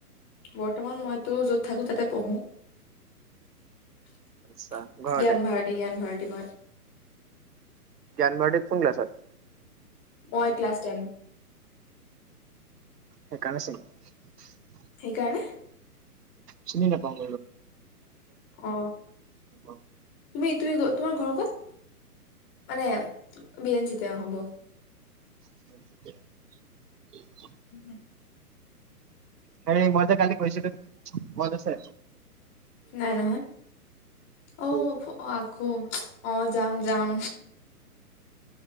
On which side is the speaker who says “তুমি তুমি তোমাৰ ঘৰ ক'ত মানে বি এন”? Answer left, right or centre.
Left